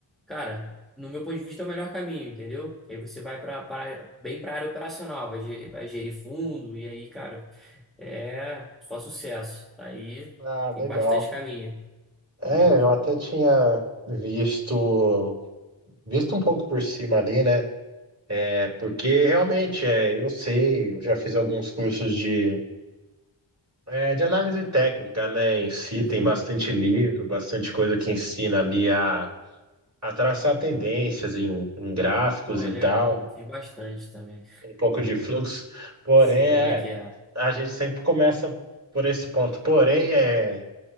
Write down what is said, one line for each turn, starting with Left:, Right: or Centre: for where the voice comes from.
Centre: Cara, no meu ponto de vista é o melhor caminho, entendeu? Que aí você vai para para- bem para a área operacional, vai, ge- vai gerir fundo e aí, cara, é só sucesso. Daí
Right: Ah, legal.
Centre: tem bastante caminho,
Right: É,
Centre: entendeu?
Right: eu até tinha visto, visto um pouco por cima ali, né? É, porque realmente é, eu sei, eu já fiz alguns cursos de, é, de análise técnica, né? Em si,
Centre: Uhum.
Right: tem bastante livro, bastante coisa que ensina ali a a traçar tendências em, em gráficos
Centre: Pô,
Right: e
Centre: legal,
Right: tal,
Centre: eu fiz bastante também.
Right: um pouco de fluxo. Porém,
Centre: Sei como
Right: é,
Centre: é que é.
Right: a gente sempre começa por esse ponto. Porém, é,